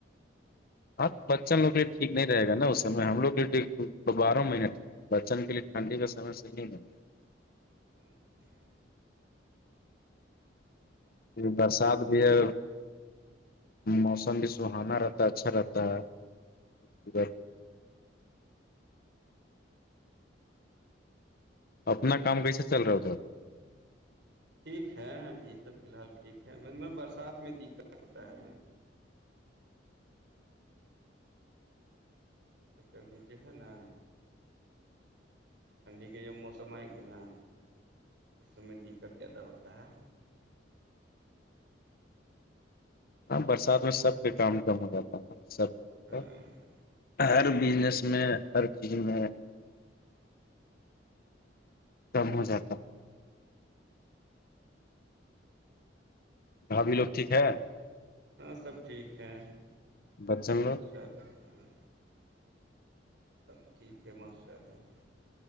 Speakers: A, on the left; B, on the right.
A: ہاں تو بچن نو پری ٹھیک نہیں رہے گا اس سم میں ہم لوگ کےے ٹھیک بارہ مہینے ٹھیک ہے بچن کے لیے ٹھنڈی کا سے صحی نہیں گا
B: ہاں
A: برسات بھی ہے موسم بھی سہانا رہتا ہے اچھا رہتا ہے اپنا کام کیسے چل رہا ہو تھا آپ
B: ٹھیک ہے ابھی تو فی الحال ٹھیک ہےط برسات میں دقت ہوتا ہے ابھی جو ہے نا ٹھنڈی کے جب موسم آئے گ نا اس سم میں دقت زیادہ ہوتا ہے
A: ہاں برسات میں سب کے کام کم ہو جاتا ہے نا سب لوگوں
B: اور
A: کا ہر بزنس میں ہر چیز میں کم ہو جاتا ہے بھاابھی لوگ ٹھیک ہے
B: ہاں سب ٹھیک ہے
A: بچن لوگ
B: ماشاء اللہ ہاں سب ٹھیک ہے ماشاء اللہ